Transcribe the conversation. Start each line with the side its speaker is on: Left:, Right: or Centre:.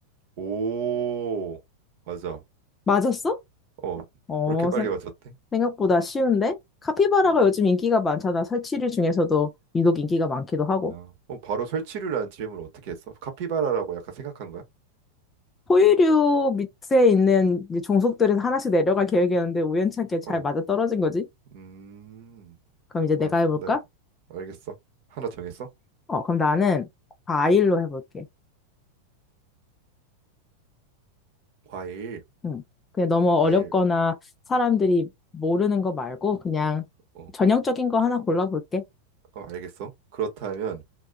Right: 오, 맞아.
Left: 맞았어?
Right: 어, 왜
Left: 어,
Right: 이렇게 빨리
Left: 생,
Right: 맞췄대?
Left: 생각보다 쉬운데? 카피바라가
Right: 음,
Left: 요즘 인기가 많잖아. 설치류 중에서도 유독 인기가 많기도 하고.
Right: 아, 어, 바로 설치류라는 질문을 어떻게 했어? 카피바라라고 약간 생각한 거야?
Left: 포유류 밑에 있는 이제 종속들에서 하나씩 내려갈 계획이었는데 우연찮게 잘
Right: 어,
Left: 맞아 떨어진 거지?
Right: 음,
Left: 그럼 이제 내가
Right: 아,
Left: 해볼까?
Right: 네, 알겠어. 하나 정했어?
Left: 어, 그럼 나는 과일로 해볼게.
Right: 과일,
Left: 응. 그냥 너무
Right: 과일,
Left: 어렵거나 사람들이 모르는 거 말고 그냥
Right: 어,
Left: 전형적인 거 하나 골라볼게.
Right: 어, 알겠어. 그렇다면